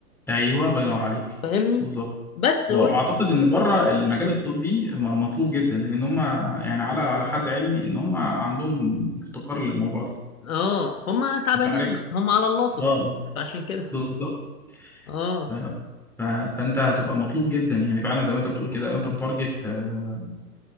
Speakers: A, in the centre; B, on the left (about 60°).
A: ايوه الله ينور عليك
B: فاهمني
A: بالظبط
B: بس
A: واعتقد
B: و...
A: ان بره المجال الطبي م- مطلوب جدا لان هم يعني على على حد علمي ان هم عندهم افتقار للموضوع ده
B: اه هم تعبانين
A: مش عارف
B: هم على الله فطل.
A: اه
B: فعشان كده
A: بالظبط
B: اه
A: ف... ف... فانت هتبقى مطلوب جدا يعني فعلا زي ما انت بتقول كده لو انت متارجت آه،